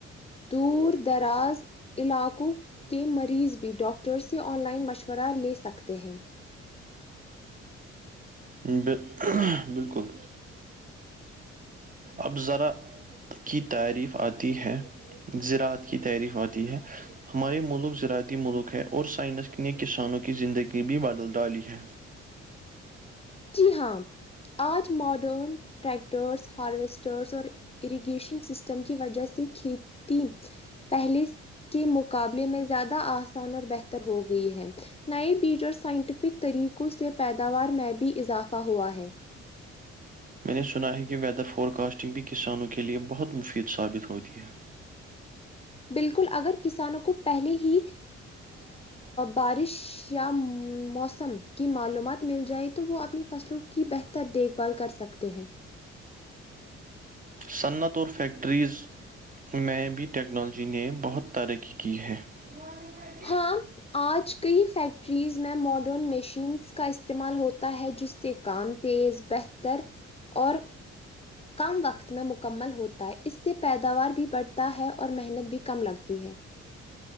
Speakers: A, on the left; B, on the right.
A: دور دراز علاقوں کے مریض بھی ڈاکٹر سے آن لائن مشورہ لے سکتے ہیں
B: بل بالکل اب ذرا کی تعریف آتی ہے زراعت کی تعریف آتی ہے ہمارے ملک زراعتی ملک ہے اور سائنس نے کسانوں کی زندگی بھی بدل دالی ہے
A: جی ہاں آج ماڈرن ٹریکٹرس ہارویسٹرس اور اریگیشن سسٹم کی وجہ سے کھیتی پہلے کے مقابلے میں زیادہ آسان اور بہتر ہو گئی ہے نئے بیج اور سائنٹیفک طریقوں سے پیداوار میں بھی اضافہ ہوا ہے
B: میں نے سنا ہے کہ ویدر فورکاسٹنگ بھی کسانوں کے لیے بہت مفید ثابت ہوتی ہے
A: بالکل اگر کسانوں کو پہلے ہی بارش یا موسم کی معلومات مل جائے تو وہ اپنی فصلوں کی بہتر دیکھ بھال کر سکتے ہیں
B: صنعت اور فیکٹریز میں بھی ٹیکنالوجی نے بہت ترقی کی ہے <unintelligible>
A: ہاں آج کئی فیکٹریز میں ماڈرن مشینس کا استعمال ہوتا ہے جس سے کام تیز بہتر اور کم وقت میں مکمل ہوتا ہے اس سے پیداوار بھی بڑھتا ہے اور محنت بھی کم لگتی ہے